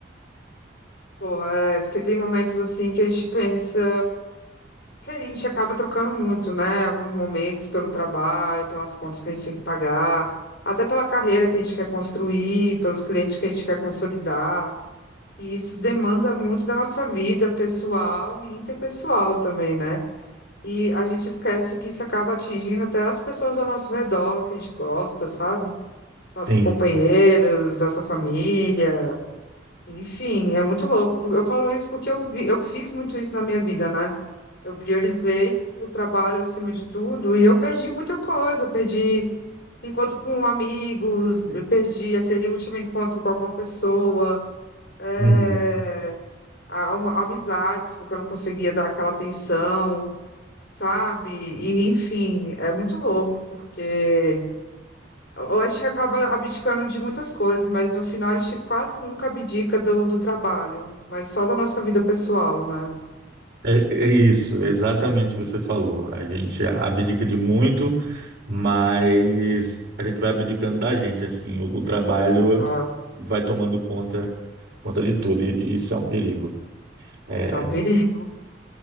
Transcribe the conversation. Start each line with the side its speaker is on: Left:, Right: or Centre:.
Left: Pô, é, porque tem momentos assim que a gente pensa que a gente acaba trocando muito, né? Alguns momentos pelo trabalho, pelas contas que a gente tem que pagar, até pela carreira que a gente quer construir, pelos clientes que a gente quer consolidar. E isso demanda muito da nossa vida pessoal e interpessoal também, né? E a gente esquece que isso acaba atingindo até as pessoas ao nosso redor, que a gente gosta, sabe? Nossos
Right: Sim.
Left: companheiros, nossa família. Enfim, é muito louco. Eu falo isso porque eu vi, eu fiz muito isso na minha vida, né? Eu priorizei o trabalho acima de tudo e eu perdi muita coisa. Eu perdi encontro com amigos, eu perdi aquele último encontro com alguma pessoa, é,
Right: Uhum.
Left: a- um- amizades, porque eu não conseguia dar aquela atenção, sabe? E, enfim, é muito louco, porque. A gente acaba abdicando de muitas coisas, mas no final a gente quase nunca abdica do, do trabalho, mas só da nossa vida pessoal, né?
Right: É, é isso, exatamente o que você falou. A gente abdica de muito, mas a gente vai abdicando da gente, assim, o, o trabalho
Left: Exato.
Right: vai tomando conta, conta de tudo, e, e isso é um perigo. É,
Left: Isso é um perigo.